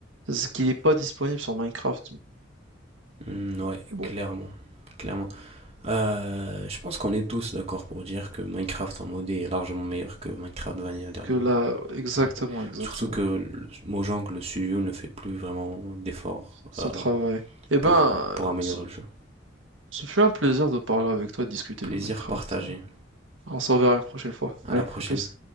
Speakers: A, on the right; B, on the right.
A: Ce qui n'est pas disponible sur Minecraft.
B: Hmm, ouais,
A: Mais Bon.
B: clairement, clairement. Euh, je pense qu'on est tous d'accord pour dire que Minecraft en modé est largement meilleur que Minecraft Vanilla dernièrement.
A: que là, exactement,
B: Ouais.
A: exactement,
B: Surtout que le- Mojang, le studio, ne fait plus vraiment d'efforts
A: son
B: euh,
A: travail. Eh ben,
B: pour, euh,
A: euh,
B: pour améliorer
A: ce,
B: le jeu.
A: ce fut un plaisir de parler avec toi, de discuter
B: Plaisir
A: de Minecraft.
B: partagé.
A: On s'en verra une prochaine fois.
B: À
A: Allez,
B: la prochaine.
A: à plus.